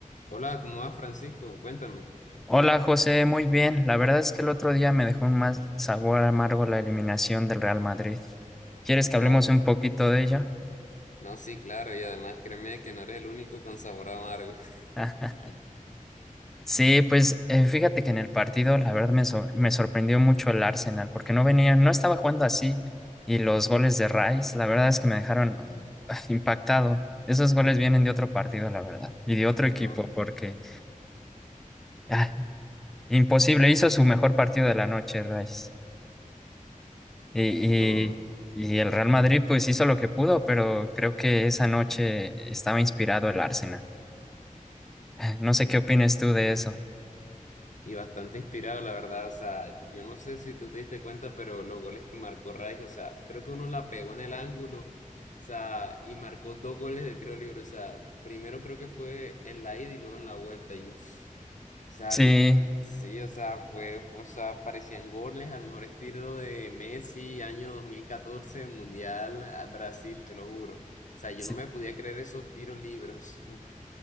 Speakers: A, on the left (about 60°); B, in the centre.
A: Hola, ¿cómo vas, Francisco? Cuéntame.
B: Hola José, muy bien. La verdad es que el otro día me dejó un mal sabor amargo la eliminación del Real Madrid. ¿Quieres
A: No,
B: que hablemos un poquito de ello?
A: no, sí, claro, y además créeme que no eres el único con sabor amargo.
B: Ah,
A: <laughs>
B: sí, pues eh, fíjate que en el partido la verdad me, sor- me sorprendió mucho el Arsenal porque no venía, no estaba jugando así y los goles de Rice la verdad es que me dejaron
A: Mm,
B: ah, impactado. Esos goles
A: y-
B: vienen de otro partido, la verdad, y de otro
A: No,
B: equipo porque ah, imposible, hizo su mejor partido de la noche, Rice. Y,
A: no,
B: y, y el Real Madrid pues hizo lo que pudo, pero creo que esa noche estaba inspirado el Arsenal. <laughs> No sé
A: mm,
B: qué opinas tú de eso.
A: y bastante inspirado, la verdad. O sea, yo no sé si tú te diste cuenta, pero los goles que marcó Rice, o sea, creo que uno la pegó en el ángulo, o sea, y marcó dos goles de tiro libre. O sea, primero creo que fue en la ida y luego en la vuelta, y uff. sea,
B: Sí,
A: li- sí, o sea, fue, fue- o sea, parecían goles al mejor estilo de Messi, año 2014 Mundial a Brasil, te lo juro. O sea, yo
B: sí,
A: no me podía creer esos tiros libres. Uf.